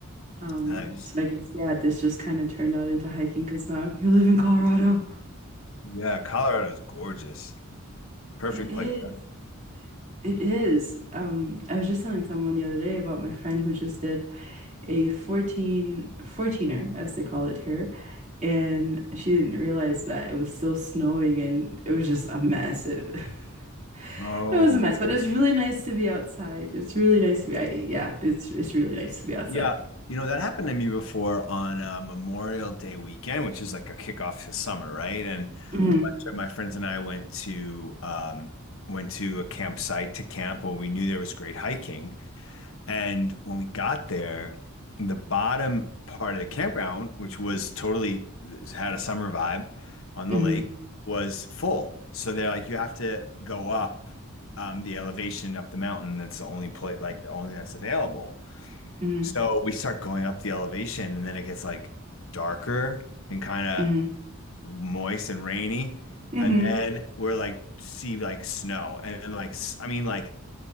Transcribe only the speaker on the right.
Um,
so I guess, yeah, this just kind of turned out into hiking because now you live in Colorado.
It is.
It is. Um, I was just telling someone the other day about my friend who just did a 14, fourteener, as they call it here. and she didn't realize that it was still snowing and it was just a mess. It, <laughs>
it was a mess, but it's really nice to be outside. It's really nice to be, I, yeah, it's it's really nice to be outside.
hmm
hmm
hmm
hmm
hmm
hmm